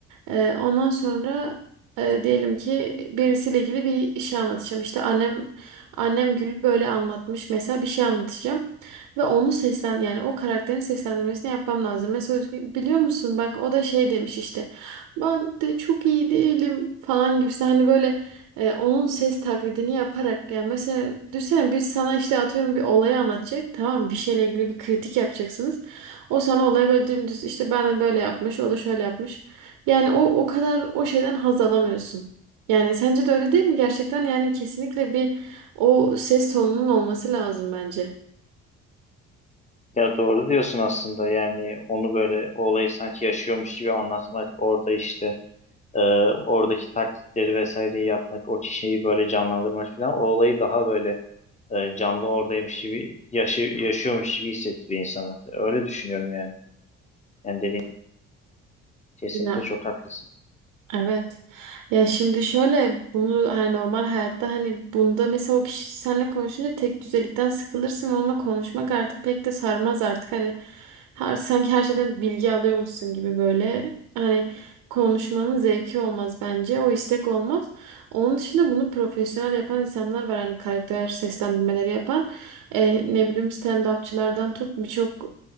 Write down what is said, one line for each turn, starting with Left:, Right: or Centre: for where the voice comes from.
Right: E, ondan sonra e, diyelim ki birisiyle ilgili bir şey anlatacağım. İşte annem annem Gül böyle anlatmış mesela bir şey anlatacağım. Ve onu seslen yani o karakterin seslendirmesini yapmam lazım. Mesela Özgün, biliyor musun bak o da şey demiş işte ben de çok iyi değilim falan gibisi hani böyle e, onun ses taklidini yaparak yani mesela düşünsene biz sana işte atıyorum bir olayı anlatacak tamam mı? bir şeyle ilgili bir kritik yapacaksınız. O sana olayı böyle dümdüz işte ben de böyle yapmış o da şöyle yapmış. Yani o o kadar o şeyden haz alamıyorsun. Yani sence de öyle değil mi? Gerçekten yani kesinlikle bir o ses tonunun olması lazım bence.
Left: Ya doğru diyorsun aslında yani onu böyle o olayı sanki yaşıyormuş gibi anlatmak, orada işte e, oradaki taklitleri vesaireyi yapmak, o kişiyi böyle canlandırmak falan o olayı daha böyle e, canlı oradaymış gibi, yaşı, yaşıyormuş gibi hissettiriyor insanı. Öyle düşünüyorum yani. Yani dediğin kesinlikle
Right: Ya
Left: çok haklısın.
Right: Evet. Ya şimdi şöyle bunu hani normal hayatta hani bunda mesela o kişi seninle konuşunca tek düzelikten sıkılırsın ve onunla konuşmak artık pek de sarmaz artık hani her, sanki her şeyden bilgi alıyormuşsun gibi böyle hani konuşmanın zevki olmaz bence o istek olmaz. Onun dışında bunu profesyonel yapan insanlar var hani karakter seslendirmeleri yapan e, ne bileyim stand-upçılardan tut birçok